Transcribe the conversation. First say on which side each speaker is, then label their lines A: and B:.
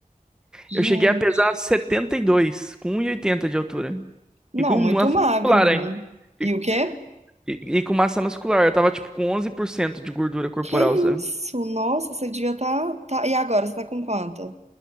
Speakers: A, on the right; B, in the centre.
A: Gente.
B: Eu cheguei a pesar 72 com um e oitenta de altura.
A: Não,
B: E com
A: muito
B: massa
A: magro,
B: muscular
A: muito.
B: ainda.
A: E
B: E,
A: o quê?
B: e- e com massa muscular. Eu tava tipo com 11% de gordura corporal,
A: Que
B: sabe?
A: isso? Nossa, você devia estar. Tá... tá- E agora, você tá com quanto?